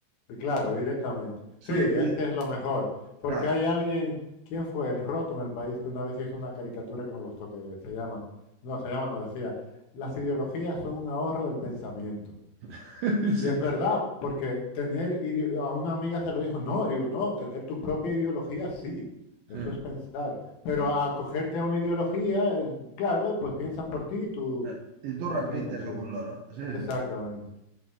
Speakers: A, on the left (about 65°); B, on the right (about 75°).
A: Sí, Claro, directamente.
B: Sí,
A: Sí, es
B: y-
A: que es lo mejor. Porque
B: claro.
A: hay alguien, ¿quién fue el roto en el país que una vez hizo una caricatura que me gustó, que se llama, no, se llama, no decía, las ideologías son un ahorro del pensamiento.
B: <laughs> Sí,
A: Y es verdad, porque tener, ideo- a una amiga se lo dijo, no, digo, no, tener tu propia ideología, sí, eso
B: sí,
A: es pensar. Pero
B: claro.
A: acogerte a una ideología, eh, claro, pues piensan por ti y tú,
B: Eh, Y
A: eso
B: tú repites
A: no tiene sentido.
B: como un loro. Sí,
A: Exactamente.
B: sí.